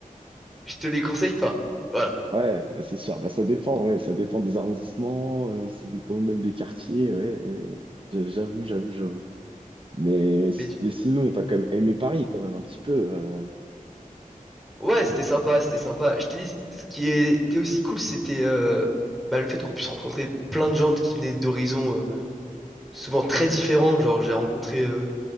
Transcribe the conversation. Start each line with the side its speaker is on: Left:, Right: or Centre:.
Centre: je te les conseille pas. Voilà.
Right: Ouais, c'est sûr. Bah, ça dépend, ouais, ça dépend des arrondissements, euh, ça dépend même des quartiers, ouais. euh, j'a- j'avoue, j'avoue, j'avoue. Mais, si-
Centre: Mais
Right: mais sinon, t'as quand même aimé Paris, quand même, un petit peu. euh,
Centre: Ouais, c'était sympa, c'était sympa. Je t'ai dit, ce qui était aussi cool, c'était euh, bah, le fait qu'on puisse rencontrer plein de gens qui venaient d'horizons euh, souvent très différents. Genre, j'ai rencontré euh,